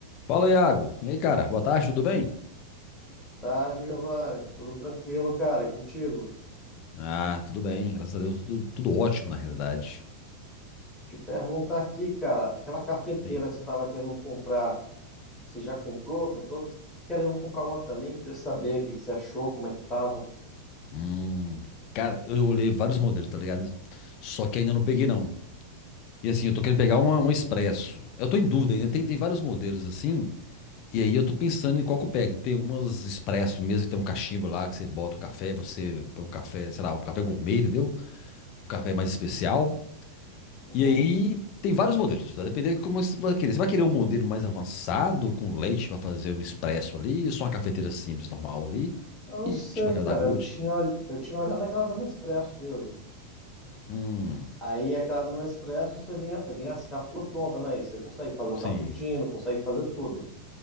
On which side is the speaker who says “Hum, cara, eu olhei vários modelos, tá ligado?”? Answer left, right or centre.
Left